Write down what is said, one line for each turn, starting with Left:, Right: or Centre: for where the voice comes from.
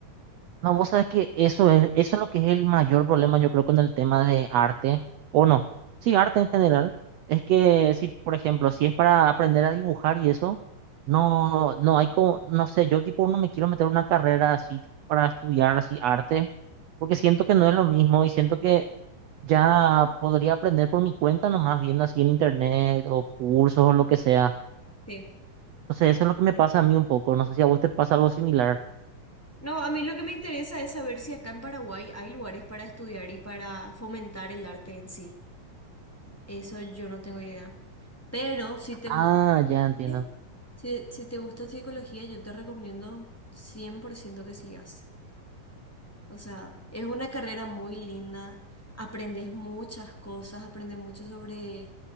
Right: No,
Centre: Ah,
Right: vos sabes que eso es, eso es lo que es el mayor problema, yo creo, con el tema de arte, o no, sí, arte en general, es que si, por ejemplo, si es para aprender a dibujar y eso, no, no hay como, no sé, yo tipo no me quiero meter en una carrera así para estudiar así arte, porque siento que no es lo mismo y siento que Ya podría aprender por mi cuenta, nomás viendo así en internet o cursos o lo que sea.
Centre: sí.
Right: Entonces, eso es lo que me pasa a mí un poco. No sé si a vos te pasa algo similar.
Centre: No, a mí lo que me interesa es saber si acá en Paraguay hay lugares para estudiar y para fomentar el arte en sí. Eso yo no tengo idea. Pero si te
Right: Ah,
Centre: gusta psicología,
Right: ya entiendo.
Centre: si, si te gusta psicología, yo te recomiendo 100% que sigas. O sea, es una carrera muy linda, aprendes muchas cosas, aprendes mucho sobre